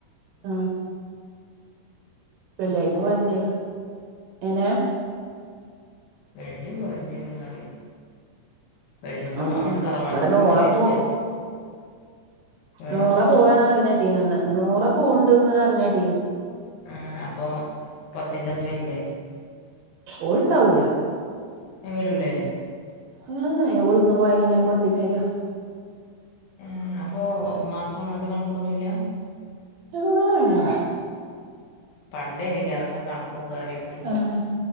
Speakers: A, on the right (about 65°); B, on the left (about 80°).
A: ആഹ് വെള്ള്യായ്ച്ച
B: കഴിഞ്ഞിട്ട്
A: പോരെണ്ട്യേരും
B: വരാ
A: എങ്ങെനെ?
B: വെള്ളി പോരെണ്ട്യേരുംന്നറ്യാ വെള്ളിപ്പാേ
A: ഉം
B: അങ്ങട്ട്
A: ഉം
B: തറവാട്ട്ക്കും
A: ഇവിടെ നൂറ
B: പോണ്ട്യെരും
A: പോ
B: ചെൽപ്പം ഏഹ്
A: നൂറ പോവാണ് അറീണേട്ടീനുന്ന് ഇന്നും കൂടെ പോക്ണ്ട്ന്നർഞ്ഞേട്ടീനു
B: ഏഹ് അപ്പൊ പത്തിന്റെ അന്ന് വെര്ലേ?
A: ഓൾണ്ടാവുലാ
B: ഏഹ് വെരൂലേ
A: ഏഹ് ഏഹ് ഓള് ഇന്ന് പോയാ ഞ്ഞെങ്ങെനെ പത്ത്ന് വെര്വാ
B: ഏഹ് അപ്പോ മ്മാക്കും അങ്ങെൻത്തെ കൺക്കൊന്നുല്ലാ
A: ഏഹ് എഹ്
B: പണ്ടേനിലേ അതൊക്കെ കണക്കും കാര്യൊക്കെ
A: ആഹ്